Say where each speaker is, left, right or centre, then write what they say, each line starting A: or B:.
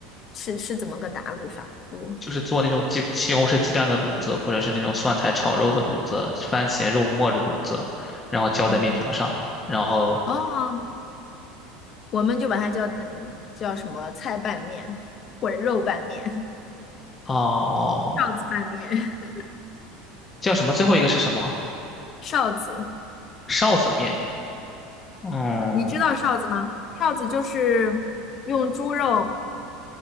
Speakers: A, on the left; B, on the left.
A: 是是怎么个打卤法？卤，
B: 就是做那种鸡西红柿鸡蛋的卤子，或者是那种蒜苔炒肉的卤子，番茄肉末的卤子，然后浇在面条上，
A: 嗯，
B: 然后
A: 哦，我们就把它叫嗯叫什么菜拌面或者肉拌面。
B: 哦，
A: 臊子拌面，<laughs>
B: 叫什么？最后一个是什么？
A: 臊子，
B: 臊子面。嗯，
A: 你知道臊子吗？臊子就是用猪肉，